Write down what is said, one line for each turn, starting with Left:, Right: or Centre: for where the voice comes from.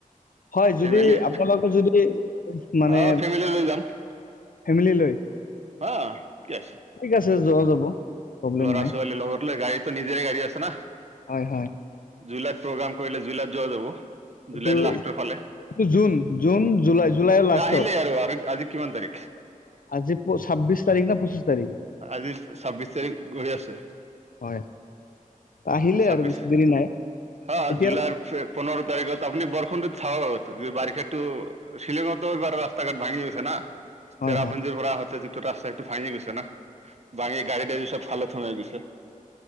Left: হয় যদি
Right: ফেমিলি,
Left: আপোনালোকে যদি মানে
Right: আহ ফেমিলি লৈ যাম।
Left: ফেমিলি লৈ?
Right: হা, কি আছে?
Left: ঠিক যোৱা যাব। প্ৰব্লেম
Right: ল'ৰা-
Left: নাই
Right: ছোৱালীৰ লগত লৈ, গাড়ীতো নিজৰে গাড়ী আছে না।
Left: হয় হয়
Right: জুলাইত প্ৰগ্ৰাম কৰিলে জুলাইত যোৱা যাব,
Left: এইটো
Right: জুলাইত লাষ্টৰ ফালে
Left: এইটো জুন-জুন, জুলাই, জুলাইৰ লাষ্টত
Right: এ আহিলেই আৰু আৰু আজি কিমান তাৰিখ
Left: আজি ছাব্বিশ তাৰিখ না পঁচিশ তাৰিখ
Right: আজি ছাব্বিশ তাৰিখ গৈ আছে।
Left: হয় আহিলে
Right: ছাব্বিশ,
Left: আৰু বেছি দেৰি নাই
Right: হা
Left: এতিয়াৰ
Right: জুলাই
Left: পৰা
Right: পোন্ধৰ তাৰিখত আপনি বৰষুণটো চাব, বাৰিষাতো শ্বিলঙতো এইবাৰ ৰাস্তা-ঘাট ভাঙি গৈছে না। চেৰাপুঞ্জিৰ
Left: হয় হয়
Right: পৰা আহোতে যিটো ৰাস্তা সেইটো ভাঙি গৈছে না, ভাঙি গাড়ী-দেৰি চব খালত সোমাই গৈছে।